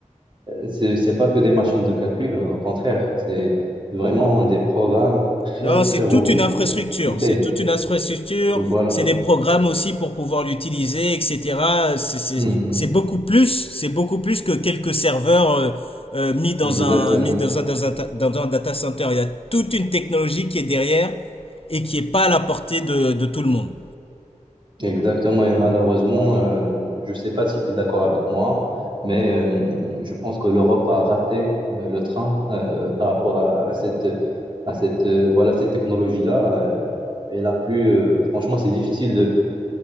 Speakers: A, on the right; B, on the left.
A: C'est, c'est pas que des machines de calcul, au contraire, c'est vraiment des programmes très,
B: Non,
A: très
B: c'est
A: robustes
B: toute une infrastructure.
A: qui t'aident.
B: C'est toute une infrastructure.
A: Voilà.
B: C'est des programmes aussi pour pouvoir l'utiliser, etc. C'est c'est-
A: Mhm.
B: c'est beaucoup plus. C'est beaucoup plus que quelques serveurs euh, euh, mis dans
A: Exactement.
B: un mis dans un, dans un ta- dans un data center. Il y a toute une technologie qui est derrière et qui est pas à la portée de, de tout le monde.
A: Exactement. Et malheureusement, euh, je ne sais pas si tu es d'accord avec moi, mais euh, je pense que l'Europe a raté euh, le train euh, par rapport à, à cette, à cette, euh, voilà, cette technologie-là. euh, elle a plus, euh, franchement, c'est difficile de,